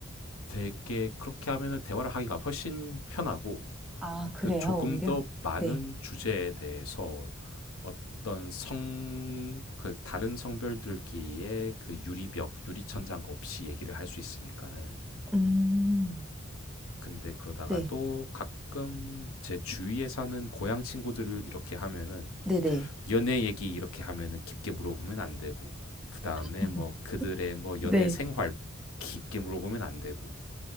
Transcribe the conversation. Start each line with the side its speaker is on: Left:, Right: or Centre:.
Left: 되게 그렇게 하면은 대화를 하기가 훨씬 편하고
Centre: 아, 그래요,
Left: 그 조금
Centre: 오히려?
Left: 더 많은
Centre: 네.
Left: 주제에 대해서 어떤 성 그 다른 성별들끼리의 그 유리벽, 유리천장 없이 얘기를 할 수 있으니까는
Centre: 음,
Left: 근데 그러다가
Centre: 네.
Left: 또 가끔 제 주위에 사는 고향 친구들을 이렇게 하면은
Centre: 네네.
Left: 연애 얘기 이렇게 하면은 깊게 물어보면 안 되고 그다음에
Centre: <laughs>
Left: 뭐 그들의 뭐
Centre: 네.
Left: 연애 생활 깊게 물어보면 안 되고